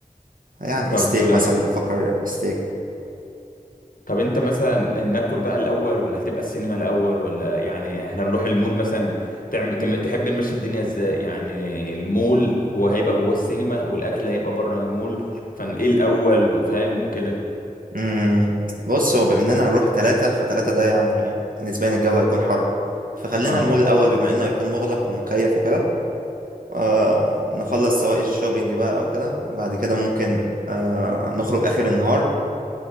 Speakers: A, on the right; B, on the left.
A: يعني
B: طب
A: ستيك مثلا بفكر ستيك
B: طب انت مثلا ناكل بقى الاول ولا هتبقى السينما الاول ولا يعني احنا نروح المول مثلا تعمل تم- تحب نمشي الدنيا ازاي يعني المول هو هيبقى جوه السينما والاكل هيبقى بره المول فايه الاول وفاهم وكده
A: مم. بص هو بما إننا هنروح تلاتة فتلاتة ده يعني نسبيا الجو هيكون حر فخلينا
B: اه
A: المول الأول بما إنه هيكون مغلق ومكيف وكده آه نخلص سواء الشوبينج بقى أو كده وبعد كده ممكن آه نخرج آخر النهار